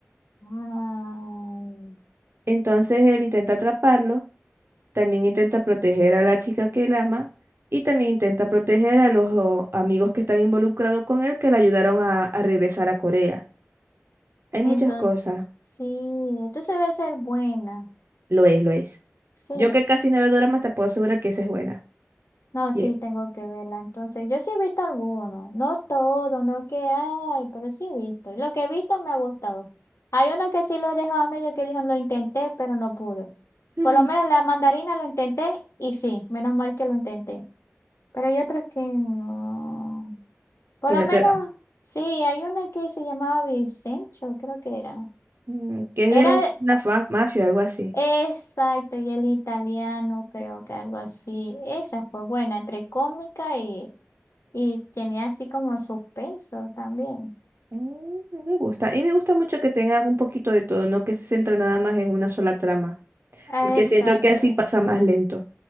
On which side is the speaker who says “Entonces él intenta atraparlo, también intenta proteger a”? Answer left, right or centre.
Right